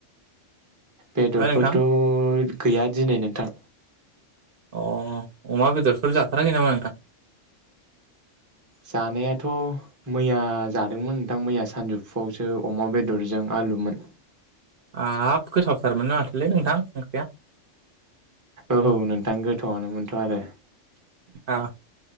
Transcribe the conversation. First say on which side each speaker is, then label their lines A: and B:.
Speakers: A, on the right (about 20°); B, on the right (about 55°).
A: बेदरफोरथ'
B: हो नोंथां
A: गैया दिनै नोंथां।
B: अ अमा बेदरफोर जाथाराखै नामा नोंथां?
A: जानायाथ' मैया जादोंमोन नोंथां मैया सानजौफुआवसो अमा बेदरजों आलुमोन।
B: आब गोथावथारमोन माथोलै नोंथां ओंख्रिया।
A: औ नोंथां गोथौआवनो मोनथ' आरो।
B: आ